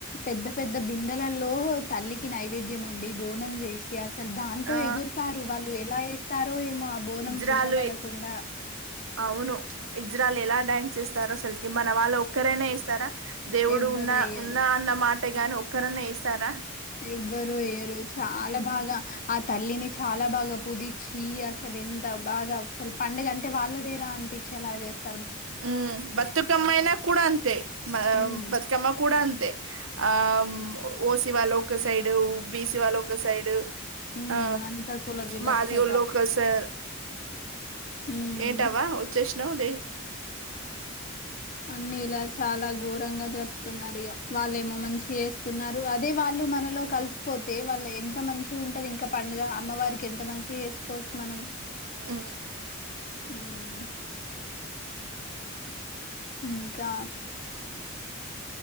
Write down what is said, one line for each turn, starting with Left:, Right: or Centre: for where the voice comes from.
Left: పెద్ద పెద్ద బి కండలల్లో తల్లికి నైవేద్యం ఉండి బోనం చేసి అ అసలు దాంతో
Right: ఆ
Left: ఎగురుతారు వాళ్ళు ఎలా వేస్తారో ఏమో బోనం
Right: ఇజ్రాలుే
Left: కింద పడకుండా
Right: అవును ఇజ్రాల్ వాళ్ళు ఎలా డ్యాన్స్ ఏస్తారు అసలుకి మన వాళ్ళ ఒక్కరైనా ఏస్తారా దేవుడు
Left: ఎవ్వరు
Right: ఉన్నా
Left: వేయరు
Right: ఉన్నా అన్నమాటే గాని ఒక్కరినే వేస్తారు
Left: ఎవ్వరు ఎయరు చాలా బాగా ఆ తల్లిని చాలా బాగా పుజీచ్చి అసలు ఎంత బాగా అసలు పండడుగ అంటే వాళ్ళదేరా అనిపించి అలా చేస్త
Right: ఉ బతుకమ్మయినా కూడా అంతే మ
Left: ఉమ్
Right: బతుకమ్మ కూడా అంతే ఆ ఓసి వాళ్ళ ఒక సైడ్ బీసి వాళ్ళ ఒక సైడ్
Left: ఉమ్
Right: ఆ
Left: అంత కుల వివక్షత
Right: మాదిగోళ్ళు ఒక సార్
Left: ఉమ్
Right: ఏంటవా వచ్చేసినావు లే
Left: అన్ని ఇలా చాలా ఘోరంగా జరుపుతున్నారు ఇక వాళ్ళేమో మంచి వస్తున్నారు అదే వాళ్ళు మనలో కలిసిపోతే వాళ్ళ ఎంత మంచి ఉంటంది ఇంకా పండుగ అమ్మ వారికి ఎంత మంచిగా వేసుకోవచ్చు మనం
Right: ఆ
Left: మ్మ్ ఇంకా